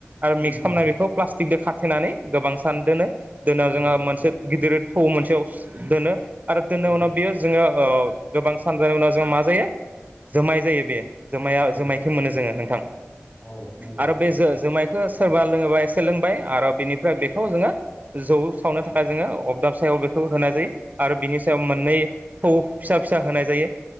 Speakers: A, on the right; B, on the left.
A: आरो
B: उम
A: मिक्स
B: उम
A: खालामनाय बेखौ प्लास्टिकजों खाथेनानै गोबां सान दोनो दोनायाव
B: औ
A: जोंहा मोनसे गिदिर थौ मोनसेयाव दोनो आरो दोननाय
B: औ
A: उनाव बियो जोङो ओ गोबां सानजानाय उनाव जोङो मा जायो जोमाय जायो बे। जोमाया
B: औ
A: जोमायखौ मोनो जोङो नोंथां
B: औ नंगौ
A: आरो बे जो-जोमाय खौनो सोरबा लोङोबा एसे लोंबाय आरो बिनिफ्राय बेखौ जोङो जौ सावनो थाखाय जोङो अबदाब सायाव औ बेखौ होनाय जायो आरो बिनि सायाव मोननै थौ फिसा फिसा होनाय जायो।